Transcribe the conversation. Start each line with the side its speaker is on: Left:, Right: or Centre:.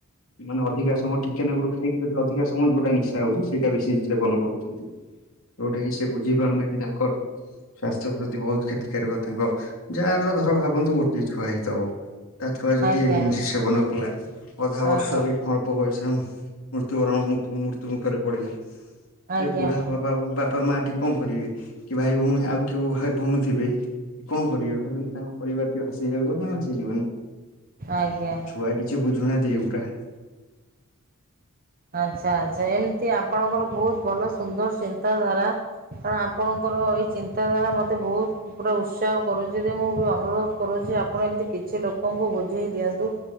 Left: ମାନେ ଅଧିକା ସମୟ ଟିକେ ନାକୁରୁ ଖାଇକି ଯଦି ଅଧିକା ସମୟ ଯୋଉଟା ନିଶା ହଉଚି ସେଇଟା ବେଶୀ ସେବନ କରୁ ଚନ୍ତି। ଯୋଉଟା କି ସେ ବୁଝି ପାରୁନାହାନ୍ତି ତାଙ୍କର ସ୍ୱାସ୍ଥ୍ୟ ପ୍ରତି ବହୁତ କ୍ଷତିକାରକ। ତାଙ୍କ ଯାହାର ଧର ଭାବନ୍ତୁ ଗୋଟିଏ ଛୁଆ ହେଇଥବ ତା ଛୁଆ ଯଦି
Right: ଆଜ୍ଞା ଆଚ୍ଛା
Left: <unintelligible> ସେବନ କଲା ଅଧା
Right: ଆଜ୍ଞା
Left: ବର୍ଷରେ ଅଳ୍ପ ବୟସରେ ମୃତ୍ୟୁବରଣ ମୃତ୍ୟୁ ମୁଖରେ ପଡିଲା,
Right: ଆଜ୍ଞା
Left: ସେ ବୁଢା ବା ପା ବାପା ମା ଏଠି କଣ କରିବେ। କି ଭାଇ ଭଉଣୀ ଆଉ କୋଉ ଭାଇ ଭଉଣୀ ଥିବେ କଣ କରିବେ। ଭାବିଲେ ତାଙ୍କ ପରିବାର ଟି ଭାସିଯିବ ନା ଭାସିଯିବନି।
Right: ଆଜ୍ଞା।
Left: ଛୁଆ କିଛି ବୁଝୁନାହାନ୍ତି ଏଗୁଟା।
Right: ଆଚ୍ଛା ଆଚ୍ଛା। ଏମତି ଆପଣଙ୍କର ବହୁତ ଭଲ ସୁନ୍ଦର ଚିନ୍ତାଧାରା। କାରଣ ଆପଣଙ୍କର ଏଇ ଚିନ୍ତାଧାରା ମତେ ବହୁତ୍ ପୁରା ଉତ୍ସାହ କରୁଚି ଯେ ମୁଁ ବି ଅନୁରୋଧ କରୁଚି ଆପଣ ଏମିତି କିଛି ଲୋକଙ୍କୁ ବୁଝେଇ ଦିଅନ୍ତୁ।